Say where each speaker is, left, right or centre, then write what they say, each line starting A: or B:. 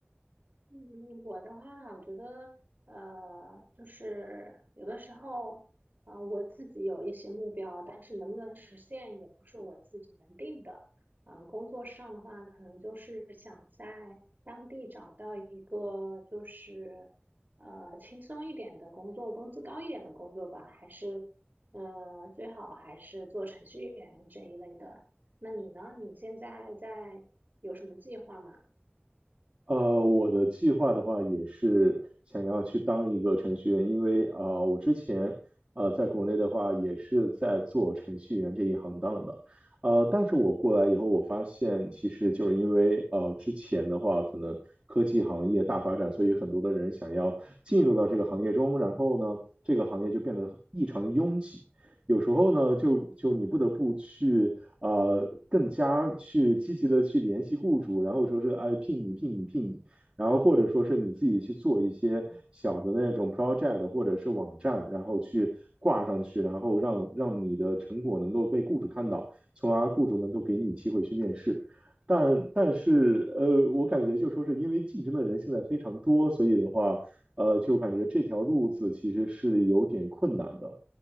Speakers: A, on the right; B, on the right.
A: 嗯，我的话，我觉得，呃，就是有的时候，啊、我自己有一些目标，但是能不能实现也不是我自己能定的。啊、工作上的话，可能就是想在当地找到一个就是，呃，轻松一点的工作，工资高一点的工作吧，还是，呃，最好还是做程序员这一类的。那你呢？你现在在有什么计划吗？
B: 呃，我的计划的话也是想要去当一个程序员，因为呃，我之前呃在国内的话也是在做程序员这一行当的，呃，但是我过来以后，我发现其实就是因为呃之前的话可能科技行业大发展，所以很多的人想要进入到这个行业中，然后呢，这个行业就变得很异常的拥挤。有时候呢，就就你不得不去呃，更加去积极的去联系雇主，然后说是哎聘你聘你聘你，然后或者说是你自己去做一些小的那种 project 或者是网站，然后去挂上去，然后让让你的成果能够被雇主看到，从而雇主能够给你机会去面试。但但是呃，我感觉就说是因为竞争的人现在非常多，所以的话，呃，就感觉这条路子其实是有点困难的。